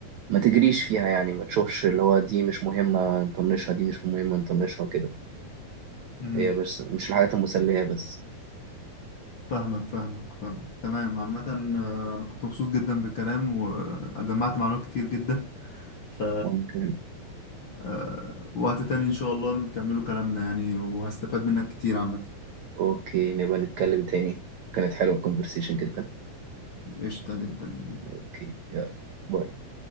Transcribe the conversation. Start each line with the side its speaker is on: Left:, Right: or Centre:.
Right: ما تجريش فيها يعني ما تشوفش اللي هو دي مش مهمه نطنشها دي مش مهمه نطنشها وكده
Left: اس
Right: هي مش مش الحاجات المسليه بس
Left: فاهمك فاهمك فاهمك تمام عامة آه، أنا كنت مبسوط جدا بالكلام وجمعت معلومات كتير جدا ف
Right: ممكن
Left: آه، وقت تاني إن شاء الله نكملوا كلامنا يعني وهستفاد منك كتير عامة
Right: اوكي نبقى نتكلم تاني كانت حلوه الكونفرسيشن جدا
Left: قشطة جدا
Right: اوكي يلا باي